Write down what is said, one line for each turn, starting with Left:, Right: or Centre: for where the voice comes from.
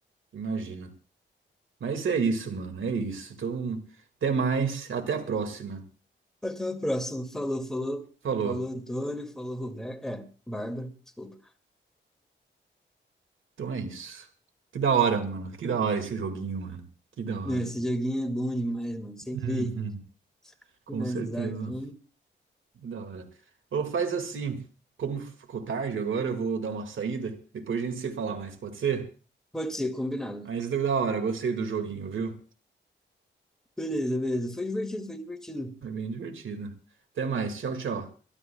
Right: Imagina. Mas é isso, mano. É isso. Então, até mais. Até a próxima.
Centre: Até a próxima. Falou, falou.
Right: Falou.
Centre: Falou Antônio, falou Roberto. É, Bárbara, desculpa.
Right: Então é isso. Que da hora, mano. Que da hora esse joguinho, mano. Que da hora.
Centre: Meu, esse joguinho é bom demais, mano. Sempre
Right: Uhum. Com
Centre: finalizar
Right: certeza.
Centre: aqui.
Right: Da hora. Ou faz assim, como ficou tarde agora, eu vou dar uma saída. Depois a gente se fala mais, pode ser?
Centre: Pode ser, combinado.
Right: Mas deu da hora, gostei do joguinho, viu?
Centre: Beleza, beleza. Foi divertido, foi divertido.
Right: Foi bem divertido. Até mais, tchau, tchau.